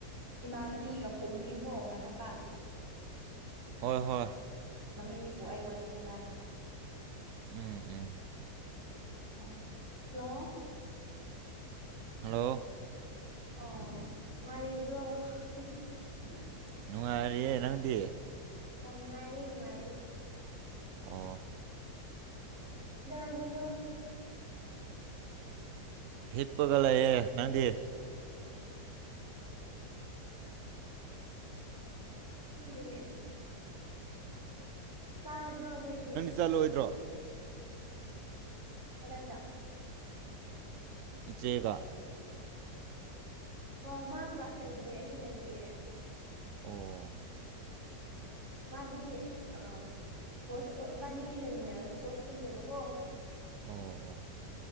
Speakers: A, on the right; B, on the right.
A: ꯏꯃꯥꯟꯅꯕꯤꯒ ꯍꯨꯝꯃꯤꯎꯀꯣ ꯉꯥꯏꯍꯥꯛꯇꯥꯡ
B: ꯍꯣꯏ ꯍꯣꯏ
A: ꯃꯃꯤꯕꯨ ꯑꯩ ꯋꯥꯔꯤ ꯁꯥꯟꯅꯈꯤꯒꯦ
B: ꯎꯝ ꯎꯝ
A: ꯍꯜꯂꯣ
B: ꯍꯜꯂꯣ
A: ꯑꯣ ꯅꯨꯉꯥꯏꯔꯤꯕ꯭ꯔꯣ
B: ꯅꯨꯡꯉꯥꯏꯔꯤꯌꯦ ꯅꯪꯗꯤ
A: ꯑꯣ ꯅꯨꯡꯉꯥꯏꯔꯤ ꯅꯨꯡꯉꯥꯏꯔꯤ
B: ꯑꯣ
A: ꯀꯩꯗꯧꯔꯝꯃꯤꯅꯣ
B: ꯍꯤꯞꯄꯒ ꯂꯩꯌꯦ ꯅꯪꯗꯤ
A: ꯈꯪꯗꯦꯅꯦ ꯆꯥꯔꯕ꯭ꯔꯣ ꯅꯣꯏꯗꯤ
B: ꯆꯜꯂꯣꯏꯗ꯭ꯔꯣ
A: ꯀꯗꯥꯏꯗ
B: ꯏꯆꯦꯒ
A: ꯃꯣ ꯃꯥ ꯀ꯭ꯂꯥꯁ ꯂꯩꯕꯅꯦ ꯑꯩꯗꯤ ꯂꯩꯇꯦꯌꯦ
B: ꯑꯣ
A: ꯃꯥꯗꯤ ꯑ ꯀꯣꯔꯁ ꯑꯇꯣ ꯏꯕꯥꯅꯤ ꯂꯩꯃꯤꯟꯅꯔꯁꯨ ꯀꯣꯔꯁ ꯄꯨꯟꯗꯦꯕꯀꯣ
B: ꯑꯣ ꯑꯣ